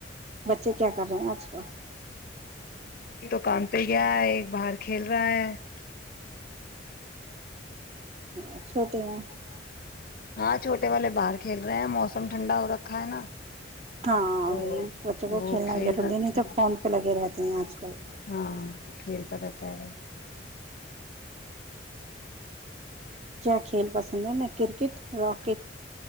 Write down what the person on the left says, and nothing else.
کاان پہ گیا ہے ایک باہر کھیل رہا ہے <unintelligible> <unintelligible>
ہاں چھوٹے والے باہر کھیل رہے ہیں موسم ٹھنڈا ہو رکھا ہے نا <unintelligible>
تو
وہ
کھیل
رکھے
ہاں کھیلتا رہتا ہے <unintelligible> <unintelligible>